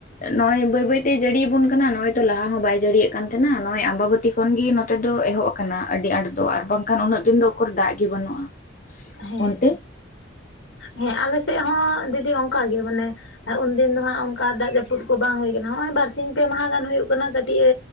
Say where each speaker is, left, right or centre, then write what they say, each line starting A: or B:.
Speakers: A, on the left; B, on the left.
A: ᱱᱚᱜ-ᱚᱭ ᱵᱟᱹᱭ ᱵᱟᱹᱭᱛᱮ ᱡᱟᱹᱲᱤ ᱟᱵᱚᱱ ᱠᱟᱱᱟ, ᱱᱚᱜᱼᱚᱭ ᱛᱚ ᱞᱟᱦᱟ ᱦᱚᱸ ᱵᱟᱭ ᱡᱟᱹᱲᱤᱭᱮᱫ ᱠᱟᱱ ᱛᱟᱦᱮᱸᱱᱟ ᱱᱚᱜ-ᱚᱭ ᱟᱢᱵᱟᱵᱚᱛᱤ ᱠᱷᱚᱱᱜ ᱜᱮ ᱱᱚᱼᱼ ᱱᱚᱛᱮ ᱫᱚ ᱮᱦᱚᱵ ᱟᱠᱟᱱᱟ ᱟᱹᱰᱤ ᱟᱸᱴ ᱫᱚ, ᱟᱨ ᱵᱟᱝᱠᱷᱟᱱ ᱩᱱᱟᱹᱜ ᱫᱤᱱ ᱫᱚ ᱩᱠᱩᱨ ᱫᱟᱜ ᱜᱮ ᱵᱟᱹᱱᱩᱜᱼᱟ᱾
B: ᱦᱮᱸ
A: ᱚᱱᱛᱮ?
B: ᱦᱮᱸ ᱟᱞᱮᱥᱮᱫ ᱦᱚᱸᱼᱼ ᱫᱤᱫᱤ ᱚᱱᱠᱟ ᱜᱮ, ᱢᱟᱱᱮᱼᱼ ᱟᱨ ᱩᱱᱫᱤᱱ ᱫᱚ ᱦᱟᱸᱜ ᱚᱱᱠᱟ ᱫᱟᱜ ᱡᱟᱹᱯᱩᱫ ᱠᱚ ᱵᱟᱝ ᱦᱩᱭ ᱠᱟᱱᱟ᱾ ᱱᱚᱜᱼᱚᱭ ᱵᱟᱨᱥᱤ ᱯᱮ ᱢᱟᱦᱟ ᱜᱟᱱ ᱦᱩᱭᱩᱜ ᱠᱟᱱᱟ ᱠᱟᱹᱴᱤᱡ ᱮᱼᱼ